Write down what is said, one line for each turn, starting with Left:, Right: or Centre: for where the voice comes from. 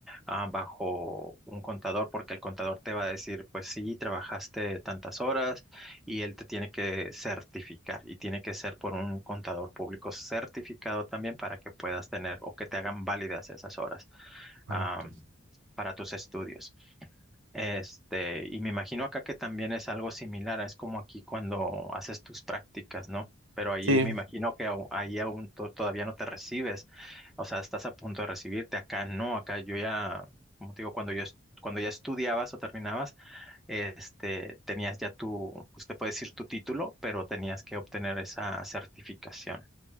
Centre: ah, bajo un contador, porque el contador te va a decir, pues sí, trabajaste tantas horas y él te tiene que certificar y tiene que ser por un contador público certificado también para que puedas tener o que te hagan válidas esas horas
Right: Ah,
Centre: ah,
Right: ok.
Centre: para tus estudios. Este, y me imagino acá que también es algo similar, es como aquí cuando haces tus prácticas, ¿no? Pero ahí
Right: Sí,
Centre: me imagino que au- ahí aún to- todavía no te recibes, o sea, estás a punto de recibirte, acá no, acá yo ya, como te digo, cuando yo, es- cuando ya estudiabas o terminabas, este, tenías ya tu, usted puede decir tu título, pero tenías que obtener esa certificación.